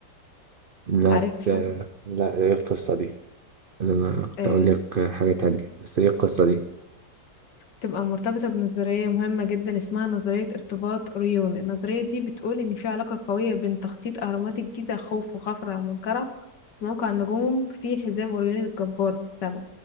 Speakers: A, on the right (about 75°); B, on the left (about 80°).
A: لا
B: عارفها
A: لا لا ايه القصه دي انا كنت
B: آه،
A: اقول لك حاجه تانية بس ايه القصه دي
B: تبقى مرتبطة بنظرية مهمة جدا اسمها نظرية ارتباط أوريون النظرية دي بتقول إن في علاقة قوية بين تخطيط أهرامات الجيزة خوف وخفرع ومنكرع وموقع النجوم في حزام أوريون الجبار في السماء